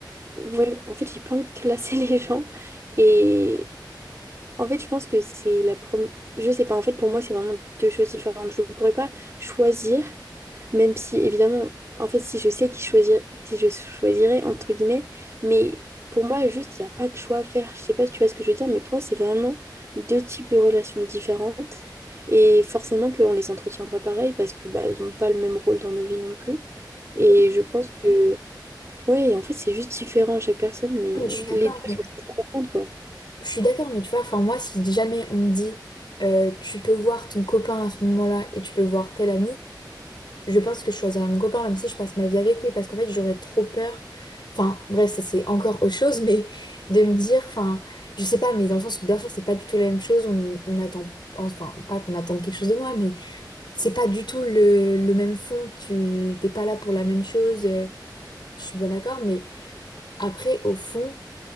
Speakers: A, on the right; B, on the left.
A: Ouais, en fait, j'ai pas envie de classer <laughs> les gens. Et, En fait, je pense que c'est la première. Je sais pas, en fait, pour moi, c'est vraiment deux choses différentes. Je ne pourrais pas choisir, même si, évidemment, en fait, si je sais qui choisir, qui je choisirais, entre guillemets, mais pour moi, juste, il n'y a pas de choix à faire. Je sais pas si tu vois ce que je veux dire, mais pour moi, c'est vraiment deux types de relations différentes. Et forcément qu'on ne les entretient pas pareil parce que bah, elles n'ont pas le même rôle dans nos vies non plus. Et
B: Oui,
A: je pense que, ouais, en fait, c'est juste différent à chaque personne, mais
B: non, mais Je suis d'accord,
A: les deux
B: mais-
A: sont très importantes, quoi.
B: je suis d'accord, mais tu vois, enfin moi, si jamais on me dit euh, tu peux voir ton copain à ce moment-là et tu peux voir tel ami, je pense que je choisirais mon copain, même si je passe ma vie avec lui, parce qu'en fait, j'aurais trop peur. Enfin, bref, ça c'est encore autre chose, mais de me dire, enfin, je sais pas, mais dans le sens où bien sûr, c'est pas du tout la même chose. On, on attend, enfin, pas qu'on attende quelque chose de moi, mais c'est pas du tout le, le même fond. Tu t'es pas là pour la même chose. euh, je suis bien d'accord, mais après, au fond,